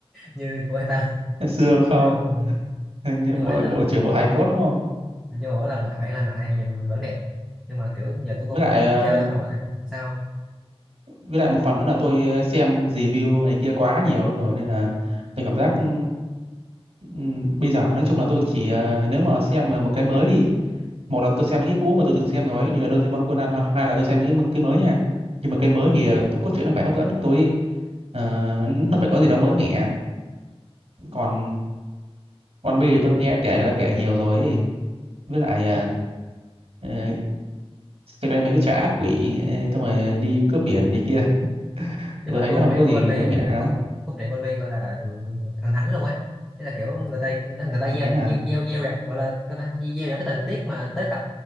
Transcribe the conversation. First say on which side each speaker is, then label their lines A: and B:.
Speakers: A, in the centre; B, on the right (about 65°).
A: như của người ta
B: xương không
A: nhưng mà ừ,
B: <laughs> Nhân-
A: nhưng mà
B: bộ,
A: bản là
B: bộ trưởng bộ hài cốt đúng không
A: nhưng mà bảo làm lại bản làm lại thì nhìn vẫn đẹp nhưng mà kiểu giờ tôi cũng
B: với lại
A: không
B: ờ,
A: xem mấy tập đầu lại sao
B: với lại một phần nữa là tôi xem review này kia quá nhiều luôn rồi nên là tôi cảm giác ừ, Ừm, bây giờ nói chung là tôi chỉ ờ, nếu mà xem về một cái mới thì một là tôi xem mấy cái cũ mà tôi từng xem rồi ấy, như là Doraemon Conan hoặc hai là tôi xem mấy cái cái mới nha nhưng mà cái mới thì ờ, tôi cốt truyện nó phải hấp dẫn được tôi ấy. Ờ, nó phải có gì đó mới mẻ còn One Piece thì tôi nghe kể người ta kể nhiều rồi ấy. với lại ờ, ờ, xem cái mấy cái trà ác quỷ ờ, xong rồi đi cướp biển này kia thì
A: chung
B: tôi
A: là
B: thấy
A: cốt
B: nó không
A: truyện
B: có
A: của
B: gì
A: anh Vy
B: mới mẻ lắm
A: cốt cốt truyện của anh Vy gọi là thần thánh luôn ấy thế là kiểu người ta người ta gieo
B: đánh
A: đặt
B: hả
A: nhiêu gieo gieo đặt gọi là cái ta gieo những cái tình tiết mà tới tập